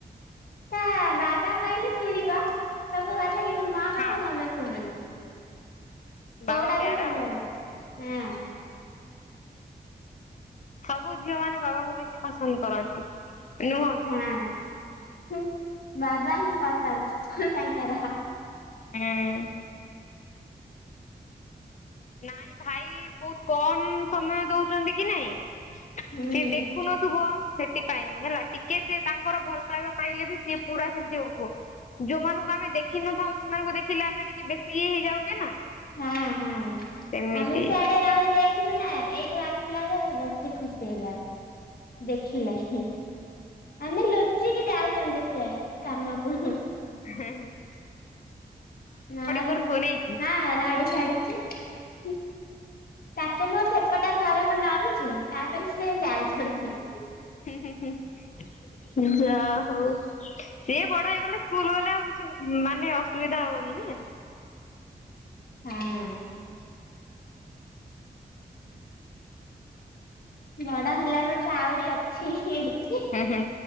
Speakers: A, on the left (about 60°); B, on the left (about 45°).
A: ତା ବାବା କହିଲେ ଶୁଣିବ ସବୁ କଥା କିନ୍ତୁ ମୋ କଥା
B: ହଁ
A: ଜମା ଶୁଣୁନି।
B: ବାବା
A: କଉଟା
B: ପ୍ୟାରା
A: ବି ଶୁଣିବନି
B: ଆଉ।
A: ହଁ
B: ସବୁ ଝିଅ ମାନେ ବାବାଙ୍କୁ ବେଶୀ ପସନ୍ଦ କରନ୍ତି। ନୁହଁ କି?
A: ହଁ ବାବା ହିଁ ପସନ୍ଦ ହିଁ ତାଙ୍କର।
B: ହୁଁ ଉଁ, ନାଇଁ ଭାଇ ବହୁତ କମ୍ ସମୟ ଦଉଚନ୍ତି କି ନାଇଁ,
A: ହୁଁ।
B: ସିଏ ଦେଖୁନଥୁିବ ସେଥିପାଇଁ ହେଲା ଟିକେ ସେ ତାଙ୍କର ଭଲ ପାଇବା ପାଇଲେ ବି ସିଏ ପୁରା ସେମିତି ହଉଥିବ। ଯୋଉମାନଙ୍କୁ ଆମେ ଦେଖିନଥାଉ ସେମାନଙ୍କୁ ଦେଖିଲେ ଆମେ ଟିକେ ବେଶୀ ଇଏ ହେଇଯାଉଚେ ନା
A: ହଁ ହଁ
B: ସେମିତି।
A: ଆମେ ସେଆଡେ ରହିଯାଇଥିଲୁ ନା ଏଇଠୁ ଆସିଲା ରୁ ବେଶି ଖୁସି ହେଇଯାଉଚି ଦେଖିଲାଠୁ। ତାଙ୍କୁ ଲୁଚିକି ଯାଉ ଚନ୍ତି ସେ କାମକୁ ହୁଁ
B: ହଁ ହଁ <inaudible>
A: ନାଲେ
B: କରୁଥିବ
A: କୁ
B: ନାଇଁ କି?
A: ହଁ ରଡ଼ି ଛାଡୁଛି ହୁଁ ତାଙ୍କୁ ମୁଁ ସେପଟ ଘରକୁ ନଉଛି ତାପରେ ସେ ଯାଉଛନ୍ତି ହୁଁ ହୁଁ
B: ହୁଁ ହୁଁ ହୁଁ ଯା ହଉ ସିଏ ବଡ ହେଇଗଲେ ସ୍କୁଲ ଗଲେ ଆଉ କିଛି ଉ ମାନେ ଅସୁବିଧା ହବନି ଯେ
A: ହଁ ହଁ, ବଡ ହେଲା ବେଳକୁ ଆହୁରି ଅଛି ହିଁ ହିଁ
B: ହୁଁ ହୁଁ